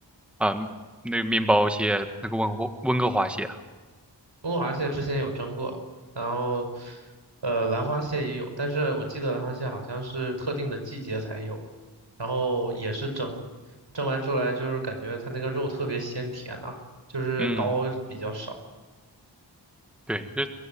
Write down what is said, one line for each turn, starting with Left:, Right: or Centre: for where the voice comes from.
Centre: 啊、那个面包蟹，那个温和温哥华蟹啊？
Right: 中国螃蟹之前有蒸过，然后呃兰花蟹也有，但是我记得兰花蟹好像是特定的季节才有，然后也是蒸，蒸完出来就是感觉它那个肉特别鲜甜呐、就是膏比较少。
Centre: 嗯，对，就